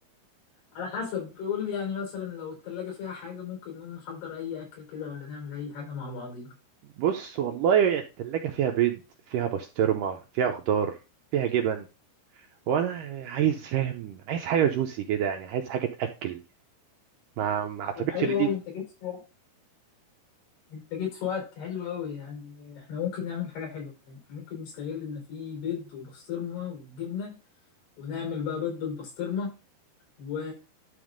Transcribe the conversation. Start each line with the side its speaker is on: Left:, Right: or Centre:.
Left: على حسب قول لي يعني مثلا لو التلاجة فيها حاجه ممكن نقوم نحضر اي اكل كده ولا نعمل اي حاجه مع بعضينا
Right: بص والله التلاجة فيها بيض فيها بسطرمة فيها خضار فيها جبن وانا عايز فاهم عايز حاجة جوسي كده يعني عايز حاجة تأكل ما ما اعتقدش
Left: طب حلو
Right: ان دي
Left: قوي انت جيت في وقت انت جيت في وقت حلو قوي يعني احنا ممكن نعمل حاجه حلوه يعني احنا ممكن نستغل ان في بيض وبسطرمه وجبنه ونعمل بقى بيض بالبسطرمه و...